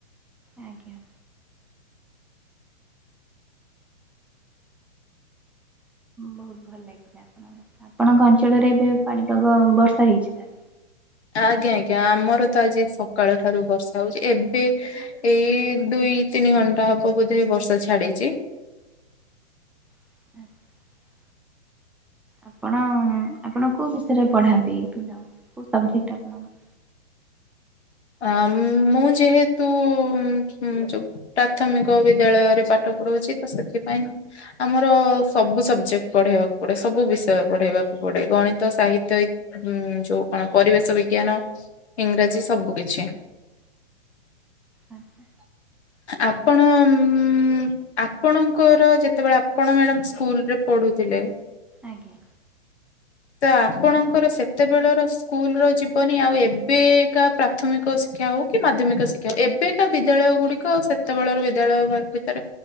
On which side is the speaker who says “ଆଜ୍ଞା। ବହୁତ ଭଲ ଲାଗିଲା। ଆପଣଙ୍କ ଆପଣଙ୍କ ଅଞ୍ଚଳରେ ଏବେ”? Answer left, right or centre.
Centre